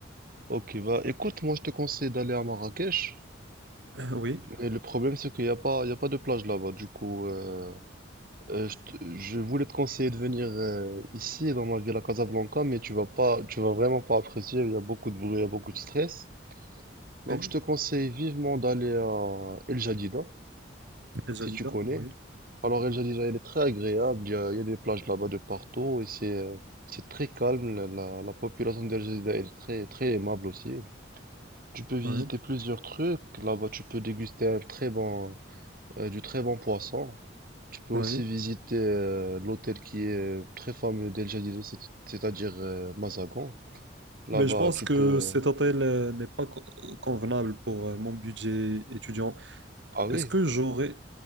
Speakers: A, on the right (about 50°); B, on the right (about 70°).
A: Ok, bah écoute, moi je te conseille d'aller à Marrakech.
B: Euh, Oui,
A: Mais le problème, c'est qu'il n'y a pas, il y a pas de plage là-bas. Du coup, euh, euh, je, te- je voulais te conseiller de venir euh, ici, dans ma ville à Casablanca, mais tu vas pas, tu vas vraiment pas apprécier. Il y a beaucoup de bruit, il y a beaucoup de stress. Donc,
B: oui,
A: je te conseille vivement d'aller à El Jadida,
B: les
A: si
B: Adidas,
A: tu connais.
B: oui,
A: Alors, El Jadida, elle est très agréable. Il y a, il y a des plages là-bas de partout et c'est, euh, c'est très calme. La, la- la population d'El Jadida, elle est très, très aimable aussi. Tu peux visiter
B: oui,
A: plusieurs trucs. Là-bas, tu peux déguster un très bon, euh, du très bon poisson. Tu peux aussi
B: oui.
A: visiter euh, l'hôtel qui est très fameux d'El Jadid, c'est- c'est-à-dire euh, Mazagon. Là-bas,
B: Mais je pense
A: tu
B: que
A: peux...
B: cet hôtel euh, n'est pas co- convenable pour euh, mon budget étudiant.
A: Ah oui,
B: Est-ce que j'aurais,